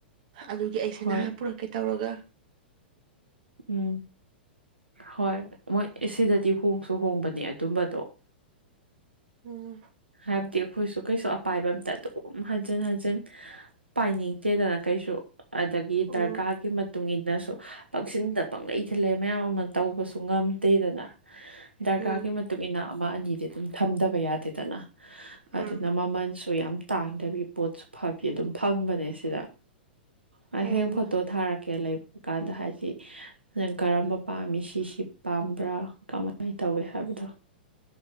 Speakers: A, on the right; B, on the right.
A: ꯑꯗꯨꯒꯤ ꯑꯩꯁꯦ
B: ꯍꯣꯏ
A: ꯅꯍꯥꯟ ꯄꯨꯔꯛꯀꯦ ꯇꯧꯔꯒ
B: ꯎꯝ ꯍꯣꯏ ꯃꯣꯏ ꯁꯤꯗꯗꯤ ꯍꯣꯡꯁꯨ ꯍꯣꯡꯕꯅꯦ ꯑꯗꯨꯝꯕꯗꯣ
A: ꯎꯝ
B: ꯍꯥꯏꯕꯗꯤ ꯑꯩꯈꯣꯏꯁꯨ ꯀꯩꯁꯨ ꯑꯄꯥꯏꯕ ꯑꯝꯇ ꯑꯗꯨꯝ ꯍꯟꯖꯤꯟ ꯍꯟꯖꯤꯟ ꯄꯥꯏꯅꯤꯡꯗꯦꯗꯅ ꯀꯩꯁꯨ ꯑꯗꯒꯤ ꯗꯔꯀꯥꯔꯒꯤ
A: ꯎꯝ
B: ꯇꯨꯡ ꯏꯟꯅꯁꯨ ꯄꯪꯁꯤꯟꯗ ꯄꯪꯂꯂꯩ ꯏ ꯊꯤꯜꯂꯛ ꯃꯌꯥꯝ ꯑꯃ ꯇꯧꯕꯁꯨ ꯉꯝꯗꯦꯗꯅ ꯗꯔꯀꯥꯔꯒꯤ
A: ꯎꯝ
B: ꯃꯇꯨꯡ ꯏꯟꯅ ꯑꯃ ꯑꯅꯤꯗꯤ ꯑꯗꯨꯝ ꯊꯝꯗꯕ ꯌꯥꯗꯦꯗꯅ
A: ꯎꯝ
B: ꯑꯗꯨꯅ ꯃꯃꯜꯁꯨ ꯌꯥꯝ ꯇꯥꯡꯗꯕꯤ ꯄꯣꯠꯁꯨ ꯐꯕꯤ ꯑꯗꯨꯝ ꯐꯪꯕꯅꯦ ꯁꯤꯗ ꯍꯌꯦ
A: ꯎꯝ
B: ꯐꯣꯇꯣ ꯊꯥꯔꯛꯀꯦ ꯀꯩ ꯂꯩꯕ ꯀꯥꯟꯗ ꯍꯥꯏꯁꯤ ꯅꯪ ꯀꯔꯝꯕ ꯄꯥꯝꯃꯤ ꯁꯤꯁꯤ ꯄꯥꯝꯕ꯭ꯔꯥ ꯀꯃꯥꯏꯅ ꯇꯧ ꯇꯧꯋꯦ ꯍꯥꯏꯕꯗꯣ